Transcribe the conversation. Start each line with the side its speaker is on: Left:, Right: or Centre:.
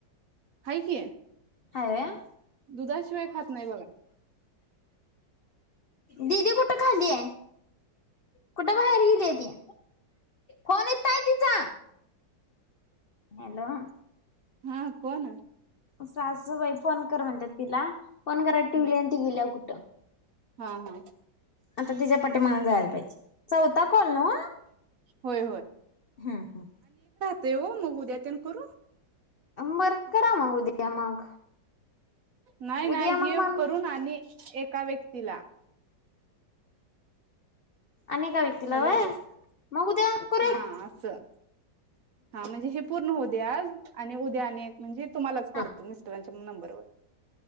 Right: हाय की.
Left: हाय होय.
Right: दुधाशिवाय खात नाही बघा.
Left: दीदी कुठं खाली हाय कुठं बाहेर गेलीय ती फोन हित हाय तिचा हॅलो.
Right: हा कोण?
Left: सासूबाई फोन कर म्हणतात तिला फोन घरात ठेवली
Right: हा
Left: या ती गेली कुठं
Right: हा
Left: आता तिच्या पाठीमागणं. झालं पाहिजे. चौथा कॉल नव्ह
Right: होय
Left: हुं हुं.
Right: तय ओ मग उद्यातेन करू.
Left: बरं करा मग उदया मग,
Right: नाही, नाही
Left: उद्या मग
Right: हे
Left: मला
Right: करून आणि एका व्यक्तीला
Left: आणि ऐका व्यक्तीला
Right: हॅलो
Left: व्हय, मग उद्या करुया.
Right: हा असं हा म्हणजे हे पूर्ण हो दया आज आणि उद्या आणि म्हणजे तुम्हालाच करतो
Left: हा
Right: मिस्टरांच्या नंबरवर.